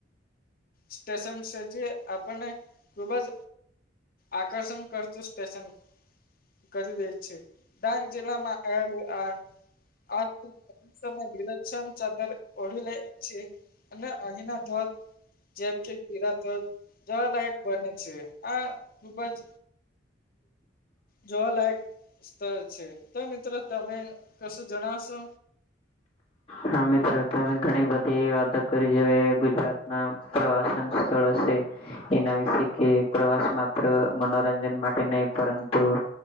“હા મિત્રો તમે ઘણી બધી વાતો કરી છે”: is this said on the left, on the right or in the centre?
Left